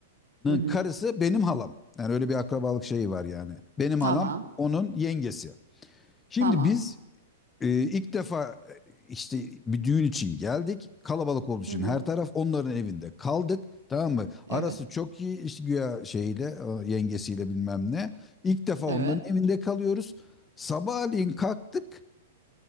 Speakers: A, on the right; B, on the left.
A: hı hı.
B: karısı benim halam. Yani öyle bir akrabalık şeyi var yani. Benim
A: Tamam.
B: halam onun yengesi. Şimdi
A: Tamam.
B: biz ee, ilk defa e, işte bir düğün için geldik. Kalabalık olduğu için
A: Hı hı.
B: her taraf onların evinde kaldık. Tamam mı? Arası
A: Evet.
B: çok iyi işte güya şeyle o yengesiyle bilmem ne. İlk defa onların
A: Evet.
B: evinde kalıyoruz. Sabahleyin kalktık.